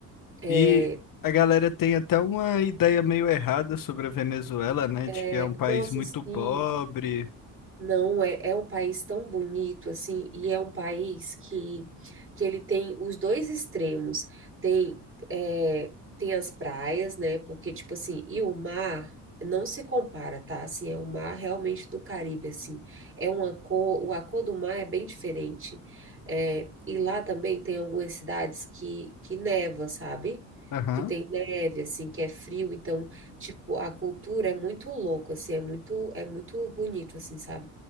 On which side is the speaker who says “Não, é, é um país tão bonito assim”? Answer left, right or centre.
Right